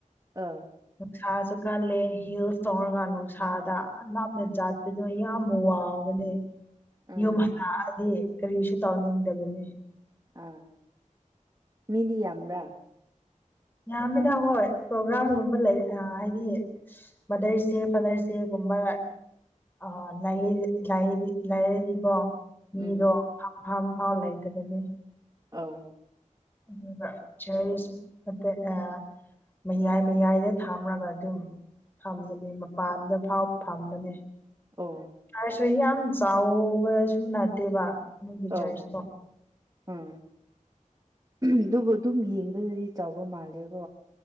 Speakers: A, on the right; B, on the left.
A: ꯑꯥ
B: ꯅꯨꯡꯁꯥꯁꯨ ꯀꯜꯂꯦ ꯍꯤꯜꯁ ꯇꯧꯔꯒ ꯅꯨꯡꯁꯥꯗ ꯂꯥꯞꯅ ꯆꯠ ꯑꯗꯨꯗꯣ ꯌꯥꯝ ꯋꯥꯕꯅꯦ
A: ꯎꯝ
B: ꯌꯨꯝ ꯍꯂꯛꯑꯗꯤ ꯀꯔꯤꯁꯨ ꯇꯧꯅꯤꯡꯗꯕꯅꯦ
A: ꯑꯥ ꯃꯤꯗꯤ ꯌꯝꯕ꯭ꯔ
B: ꯌꯥꯝꯃꯦꯗ ꯍꯣꯏ ꯄ꯭ꯔꯣꯒ꯭ꯔꯥꯝꯒꯨꯝꯕ ꯂꯩ ꯑ ꯍꯥꯏꯗꯤ ꯃꯥꯗꯔꯁ ꯗꯦ ꯐꯥꯗꯔꯁ ꯗꯦꯒꯨꯝꯕ ꯑ ꯂ ꯂꯔꯤ ꯂꯩꯅꯤꯀꯣ ꯃꯤꯗꯣ
A: ꯎꯝ
B: ꯐꯝꯐꯝꯐꯥꯎ ꯂꯩꯇꯕꯅꯤ
A: ꯑꯧ
B: ꯑꯗꯨꯒ ꯆꯔꯁ ꯅꯇ ꯑ ꯃꯌꯥꯏ ꯃꯌꯥꯏꯗ ꯊꯝꯔꯒ ꯑꯗꯨꯝ ꯐꯝꯕꯅꯤ ꯃꯄꯥꯟꯗ ꯐꯥꯎ ꯐꯝꯕꯅꯤ
A: ꯑꯣ
B: ꯍꯥꯏꯔꯁꯨ ꯌꯥꯝ ꯆꯥꯎꯕꯁꯨ ꯅꯠꯇꯦꯕ ꯃꯣꯏꯒꯤ
A: ꯑꯣ
B: ꯆꯔꯁꯇꯣ
A: ꯎꯝ ꯑꯗꯨꯕꯨ ꯑꯗꯨꯝ ꯌꯦꯡꯕꯗꯗꯤ ꯆꯥꯎꯕ ꯃꯥꯜꯂꯦꯀꯣ